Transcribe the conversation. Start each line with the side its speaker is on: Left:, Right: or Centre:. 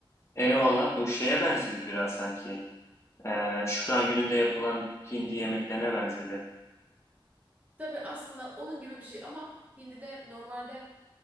Left: Eyvallah bu şeye benzedi biraz sanki. Ee, Şükran gününde yapılan hindi yemeklerine benzedi.
Right: Tabii aslında onun gibi bir şey ama hindi de normalde